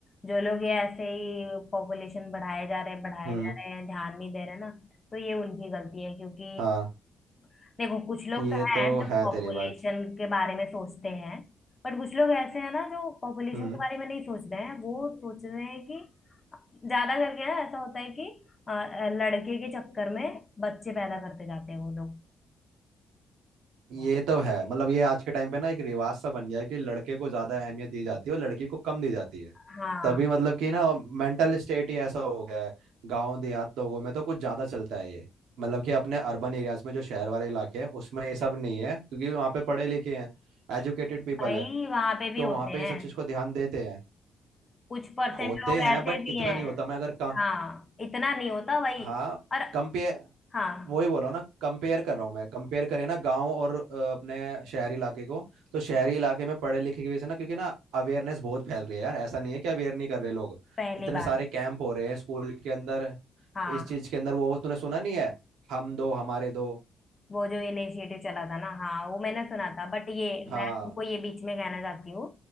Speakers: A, on the left (about 30°); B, on the right (about 85°).
A: जो लोग ये ऐसे ही पॉपुलेशन बढ़ाए जा रहे हैं बढ़ाए
B: हम्म
A: जा रहे हैं ध्यान नहीं दे रहे ना तो ये उनकी गलती है क्योंकि
B: हाँ
A: देखो कुछ लोग
B: ये
A: तो हैं
B: तो
A: जो
B: है
A: पॉपुलेशन
B: तेरी बात
A: के बारे में सोचते हैं बट कुछ लोग ऐसे हैं ना जो पॉपुलेशन
B: हम्म
A: के बारे में नहीं सोच रहे हैं वो सोच रहे हैं कि ज्यादा करके ना ऐसा होता है कि अ, अ, लड़के के चक्कर में बच्चे पैदा करते जाते हैं वो लोग
B: ये तो है मतलब ये आज के टाइम पे ना एक रिवाज सा बन गया है कि लड़के को ज्यादा अहमियत दी जाती है और लड़की को कम दी जाती है
A: हाँ
B: तभी मतलब कि ना मेंटल स्टेट ही ऐसा हो गया है गांव देहात लोगों में तो कुछ ज्यादा चलता है ये मतलब कि अपने अर्बन एरियाज में जो शहर वाले इलाके हैं उसमें ये सब नहीं है क्योंकि वहाँ पे पढ़े लिखे हैं एजुकेटेड पीपल
A: भाई
B: है
A: वहां पे भी
B: तो
A: होते
B: वहाँ पे
A: हैं
B: इन सब चीज को ध्यान देते हैं
A: कुछ परसेंट
B: होते
A: लोग
B: हैं
A: ऐसे
B: बट
A: भी
B: इतना
A: हैं
B: नहीं होता मैं अगर कम
A: हाँ इतना नहीं होता भाई
B: हाँ
A: और
B: कम पे
A: हाँ
B: वही बोला ना कंपेयर कर रहा हूँ मैं कंपेयर करें ना गांव और अ, अपने शहरी इलाके को तो शहरी इलाके में पढ़े लिखे की वजह से ना क्योंकि ना अवेयरनेस बहुत फैल रही है यार ऐसा नहीं है कि अवेयर नहीं कर रहे लोग
A: पहली
B: इतने
A: बात
B: सारे कैंप हो रहे हैं स्कूल के अंदर
A: हाँ
B: इस चीज के अंदर वो तूने सुना नहीं है हम दो हमारे दो
A: वो जो इनिशिएटिव चला था ना हाँ वो मैंने सुना था बट ये
B: हाँ
A: मैं तुमको ये बीच में कहना चाहती हूँ